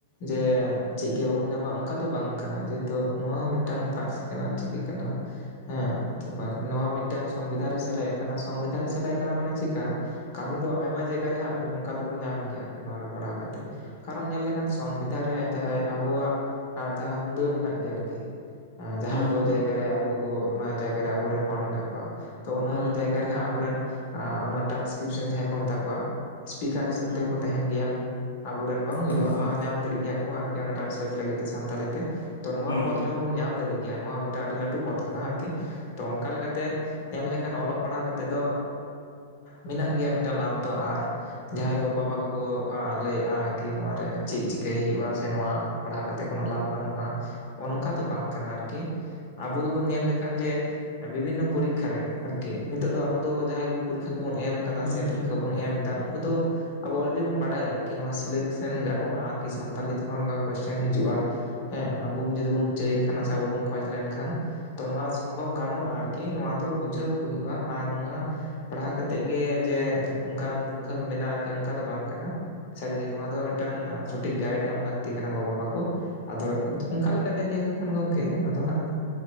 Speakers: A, on the left; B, on the left.
A: ᱡᱮ ᱪᱮᱫ ᱜᱮ ᱵᱟᱵᱚᱱ ᱧᱟᱢᱟ ᱚᱱᱠᱟ ᱫᱚ ᱵᱟᱝ ᱠᱟᱱᱟ ᱡᱮᱦᱮᱛᱩ ᱱᱚᱣᱟ ᱦᱚᱸ ᱢᱤᱫᱴᱟᱝ ᱯᱟᱹᱨᱥᱤ ᱠᱟᱱᱟ ᱪᱤᱠᱟᱹ ᱠᱟᱱᱟ ᱦᱮᱸ ᱛᱚᱵᱟ ᱱᱚᱣᱟ ᱢᱤᱫᱴᱟᱝ ᱥᱚᱝᱵᱤᱫᱷᱟᱱ ᱨᱮ ᱥᱮᱞᱮᱫ ᱟᱠᱟᱱᱟ ᱥᱚᱝᱵᱤᱫᱷᱟᱱ ᱨᱮ ᱥᱮᱞᱮᱫ ᱟᱠᱟᱱᱟ ᱢᱟᱱᱮ ᱪᱤᱠᱟ ᱠᱟᱹᱢᱤ ᱫᱚ ᱟᱭᱢᱟ ᱡᱟᱜ ᱮᱛᱟ ᱨᱮᱦᱟᱜ ᱚᱱᱠᱟ ᱫᱚᱵᱚᱱ ᱧᱟᱢ ᱜᱮᱭᱟ ᱟᱨᱠᱤ ᱱᱚᱶᱟ ᱨᱮ ᱯᱟᱲᱦᱟᱣ ᱠᱟᱛᱮ ᱠᱟᱨᱚᱱ ᱧᱮᱞ ᱞᱮᱠᱷᱟᱱ ᱥᱚᱝᱵᱤᱫᱷᱟᱱ ᱨᱮ ᱡᱟᱦᱟᱸᱭ ᱟᱵᱚᱣᱟᱜ ᱡᱟᱦᱟᱸ ᱦᱩᱫᱟᱹ ᱢᱮᱱᱟᱜ ᱜᱮᱭᱟ ᱟᱨᱠᱤ ᱡᱟᱦᱟᱸ
B: ᱦᱩᱸ
A: ᱠᱚ
B: ᱦᱩᱸ
A: ᱡᱟᱭᱜᱟᱼᱼ ᱜᱟᱨᱮ ᱟᱵᱚ ᱠᱚ ᱠᱚ ᱚᱱᱟ ᱡᱟᱭᱜᱟ ᱨᱮ ᱟᱵᱚ ᱨᱮᱱ ᱦᱚᱲ ᱦᱮᱱᱟᱜ ᱠᱚᱣᱟ ᱛᱚ ᱚᱱᱟ
B: ᱦᱩᱸ
A: ᱡᱟᱭᱜᱟ ᱨᱮᱦᱟᱸ ᱟᱵᱚ ᱨᱮᱱᱼᱼ ᱚᱱᱟ ᱴᱨᱟᱱᱥᱠᱨᱤᱯᱥᱚᱱ ᱡᱟᱦᱟᱸᱭ ᱠᱚ ᱢᱮᱛᱟ ᱠᱚᱣᱟ ᱥᱯᱤᱠᱟᱨ ᱦᱤᱥᱟᱹᱵ
B: ᱦᱩᱸ
A: ᱛᱮ ᱦᱚᱸ ᱠᱚ ᱛᱟᱦᱮᱱ ᱜᱮᱭᱟ᱾ ᱟᱵᱚ ᱨᱮᱱ ᱵᱟᱝ ᱦᱩᱭᱩᱜᱼᱟ
B: ᱦᱳᱭ ᱦᱳᱭ
A: ᱧᱟᱢ ᱫᱟᱲᱮᱜ ᱜᱮᱭᱟ ᱠᱚ ᱟᱨᱠᱤ ᱚᱱᱟ ᱴᱨᱟᱱᱥᱞᱮᱴ ᱞᱟᱹᱜᱤᱫ ᱛᱮ ᱥᱟᱱᱛᱟᱞᱤ ᱛᱮᱼᱼ ᱛᱚ ᱱᱚᱣᱟ
B: ᱦᱩᱸ
A: ᱯᱚᱫ ᱨᱮ ᱦᱚᱸ ᱵᱚᱱ ᱧᱟᱢ ᱫᱟᱲᱮ ᱜᱮᱭᱟ ᱱᱚᱣᱟᱼᱼ ᱟᱹᱰᱤ ᱞᱟᱹᱴᱩ ᱯᱚᱫ ᱠᱟᱱᱟ ᱟᱨᱠᱤ ᱛᱚ ᱚᱱᱠᱟ ᱞᱮᱠᱟ ᱛᱮ ᱧᱮᱞ ᱞᱮᱠᱷᱟᱱ ᱚᱞᱚᱜ ᱯᱟᱲᱦᱟᱣ ᱠᱟᱛᱮ ᱫᱚᱼᱼ ᱢᱮᱱᱟᱜ ᱜᱮᱭᱟ ᱢᱤᱫᱴᱟᱝ ᱞᱟᱵᱷ ᱫᱚ ᱟᱨ ᱡᱟᱦᱟᱸᱭ ᱠᱚ ᱵᱟᱵᱟ ᱠᱚ ᱠᱚᱼᱼ ᱞᱟᱹᱭ ᱟᱜᱼᱟ ᱠᱤ ᱱᱚᱣᱟ ᱨᱮ ᱪᱮᱫ ᱪᱤᱠᱟᱹᱭ ᱦᱩᱭᱩᱜᱼᱟ ᱥᱮ ᱱᱚᱣᱟᱼᱼ ᱯᱟᱲᱦᱟᱣ ᱠᱟᱛᱮᱫ ᱠᱚᱱᱚ ᱞᱟᱵᱷ ᱵᱟᱹᱱᱩᱜᱼᱟ ᱚᱱᱠᱟ ᱫᱚ ᱵᱟᱝ ᱠᱟᱱᱟ ᱟᱨᱠᱤᱼᱼ ᱟᱵᱚ ᱫᱚ ᱵᱚᱱ ᱧᱮᱞ ᱞᱮᱠᱷᱟᱱ ᱡᱮ, ᱵᱤᱵᱷᱤᱱᱱᱚ ᱯᱚᱨᱤᱠᱠᱷᱟ ᱨᱮ ᱟᱨᱠᱤ ᱱᱤᱛᱚᱜ ᱫᱚ ᱟᱵᱚ ᱫᱚ ᱡᱟᱦᱟᱸᱭ ᱟᱵᱚ ᱯᱚᱨᱤᱠᱠᱷᱟ ᱠᱚ ᱵᱚᱱ ᱮᱢ ᱟᱠᱟᱫᱟ
B: ᱦᱳᱭ
A: ᱥᱮ ᱯᱚᱨᱤᱠᱠᱷᱟᱼᱼ
B: ᱦᱳᱭ
A: ᱮᱢᱫᱟ ᱩᱱᱠᱩ ᱫᱚ ᱟᱵᱚ ᱚᱞ ᱜᱮ ᱵᱚᱱ ᱵᱟᱲᱟᱭᱟ ᱟᱨᱠᱤ ᱱᱚᱣᱟ ᱥᱤᱞᱮᱴᱼᱼ ᱥᱮᱱ᱾ᱜᱟᱱᱚᱜᱼᱟ ᱟᱨᱠᱤ ᱥᱟᱱᱛᱟᱞᱤ ᱛᱮ ᱦᱚᱸ ᱱᱚᱝᱠᱟ ᱠᱚᱥᱪᱮᱱ ᱦᱤᱡᱩᱜᱼᱟ ᱦᱮᱸ ᱟᱵᱚ ᱡᱩᱫᱤ ᱵᱚᱱ ᱪᱟᱹᱭ ᱠᱷᱟᱱ ᱥᱮ ᱟᱵᱚ ᱵᱚᱱ ᱠᱷᱚᱡᱽ ᱞᱮᱱ ᱠᱷᱟᱱ ᱛᱚ ᱱᱚᱣᱟ ᱥᱚᱢᱵᱷᱚᱵ ᱜᱟᱱᱚᱜᱼᱟ ᱟᱨᱠᱤ ᱠᱤ ᱱᱚᱣᱟ ᱫᱚ ᱵᱩᱡᱷᱟᱹᱣ ᱠᱚ ᱦᱩᱭᱩᱜ-ᱟ ᱟᱨ ᱱᱚᱣᱟ ᱯᱟᱲᱦᱟᱣ ᱠᱟᱛᱮᱫ ᱜᱮ ᱡᱮ ᱚᱱᱠᱟᱱ <unintelligible> ᱢᱮᱱᱟᱜ-ᱟ ᱟᱨᱠᱤ ᱚᱱᱠᱟ ᱫᱚ ᱵᱟᱝ ᱠᱟᱱᱟ ᱾ ᱥᱟᱹᱨᱤ ᱜᱮ ᱱᱚᱣᱟ ᱫᱚ ᱢᱤᱫ ᱴᱟᱝ ᱥᱚᱴᱷᱤᱠ ᱜᱟᱭᱤᱰ ᱮᱢ ᱞᱟᱹᱠᱛᱤ ᱠᱟᱱᱟ ᱜᱚ ᱵᱟᱵᱟ ᱠᱚ ᱾ ᱟᱫᱚ ᱚᱱᱠᱟ ᱞᱮᱠᱟ ᱛᱮ ᱧᱮᱞ ᱞᱮᱠᱷᱟᱱ ᱜᱚᱢᱠᱮ ᱟᱫᱚ ᱦᱟᱸᱜ